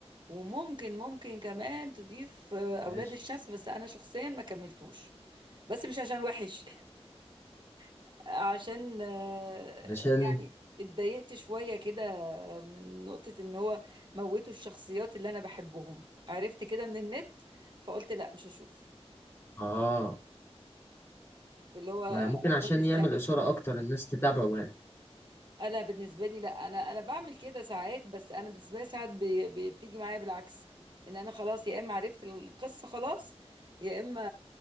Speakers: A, on the right; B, on the left.
A: وممكن ممكن كمان تضيف آه، اولاد
B: ماشي
A: الشمس بس انا شخصيا ما كملتوش بس مش عشان وحش <laughs> عشان آه،
B: علشان
A: يعني اتضايقت شوية كده من نقطة ان هو موتوا الشخصيات اللي انا بحبهم عرفت كده من النت فقلت لا مش هشوف
B: اه
A: اللي هو
B: ما هي ممكن عشان
A: اولاد الشمس
B: يعمل إثارة أكتر الناس تتابعه يعني
A: انا بالنسبه لي لا انا انا بعمل كده ساعات بس انا بالنسبه لي ساعات بي- بي- بتيجي معايا بالعكس ان انا خلاص يا اما عرفت القصه خلاص يا اما